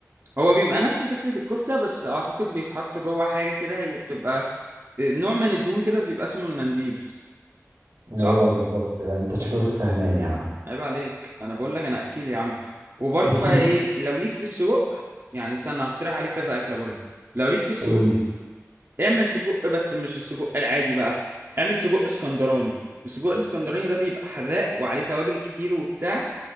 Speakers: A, on the right; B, on the right.
A: هو بيبقى نفس فكرة الكفتة بس اعتقد بيتحط جوه حاجة كده هي بتبقى نوع من الدهون كده بيبقى اسمه المنديل
B: اه
A: صح
B: بالظبط لا أنت شكلك فهمان يا عم
A: عيب عليك انا بقول لك انا اكيل يا عم وبرضو
B: <laughs>
A: بقى ايه لو ليك في السجق يعني استنى هقترح عليك كذا اكله برضو لو ليك في السجق
B: قول
A: اعمل سجق بس مش السجق العادي بقى اعمل سجق اسكندراني السجق الاسكندراني ده بيبقى حراق وعليه توابل كتير وبتاع